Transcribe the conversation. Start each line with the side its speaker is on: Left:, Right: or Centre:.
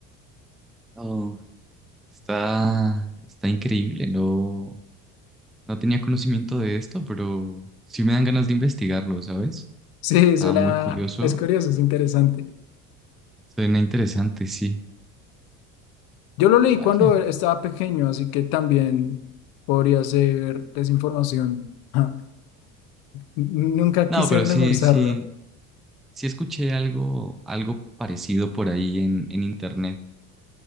Centre: Oh, está, está increíble. No, no tenía conocimiento de esto, pero sí me dan ganas de investigarlo, ¿sabes?
Left: Sí,
Centre: Estaba
Left: es una-
Centre: muy curioso.
Left: es curioso, es interesante.
Centre: Suena interesante, sí.
Left: Yo lo leí
Centre: Vaya.
Left: cuando estaba pequeño, así que también podría ser desinformación. <laughs> Nunca
Centre: No,
Left: quise
Centre: pero
Left: reforzarlo,
Centre: sí, sí, sí escuché algo, algo parecido por ahí en, en internet.